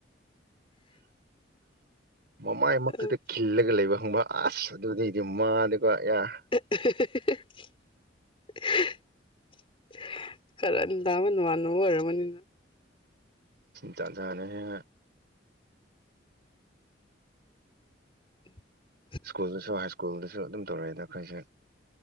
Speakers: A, on the right (about 55°); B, on the left (about 30°).
A: ꯃꯃꯥꯏꯃꯛꯇꯨꯗ
B: ꯎꯝ
A: ꯈꯤꯜꯂꯒ ꯂꯩꯕ ꯍꯪꯕ ꯑꯁ ꯑꯗꯨꯅꯤ ꯒꯤ ꯃꯥ ꯑꯗꯨꯒꯀꯣ
B: <unintelligible> <inaudible> ꯀꯔꯟ ꯇꯕꯥ ꯅꯃꯅꯕ ꯑꫭꯏꯔ‌ꯒꯅꯤ
A: ꯖꯥꯠ ꯖꯥꯠ ꯅꯤꯍꯦ
B: ꯎꯝ <unintelligible> <inaudible>
A: ꯁ꯭ꯀꯨꯜꯗꯁꯨ ꯍꯥꯏ ꯁ꯭ꯀꯨꯜꯗꯁꯨ ꯑꯗꯨꯝ ꯇꯧꯔꯛꯏꯗ ꯑꯩꯈꯣꯏꯁꯦ